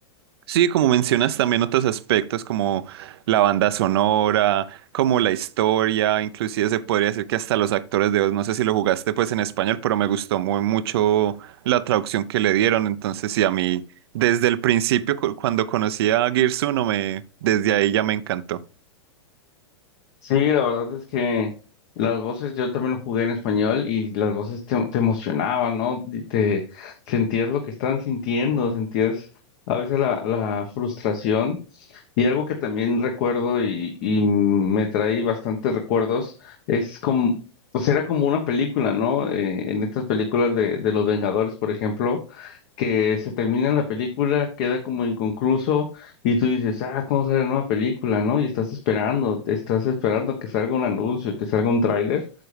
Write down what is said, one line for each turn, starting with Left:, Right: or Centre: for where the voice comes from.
Right: sí, como mencionas también otros aspectos como la banda sonora, como la historia, inclusive se podría decir que hasta los actores de voz, no sé si lo jugaste pues en español, pero me gustó muy mucho la traducción que le dieron, entonces sí, a mí desde el principio cu- cuando conocí a Gears 1 me, desde ahí ya me encantó.
Left: Sí, la verdad es que las voces, yo también lo jugué en español y las voces te, te emocionaban, ¿no? Y Te sentías lo que estaban sintiendo, sentías a veces la, la frustración. Y algo que también recuerdo y, y me trae bastantes recuerdos es como, pues era como una película, ¿no? Eh, en estas películas de, de los Vengadores, por ejemplo, que se termina la película, queda como inconcluso y tú dices, ah, ¿cómo sale la nueva película, ¿no? Y estás esperando, estás esperando que salga un anuncio, que salga un tráiler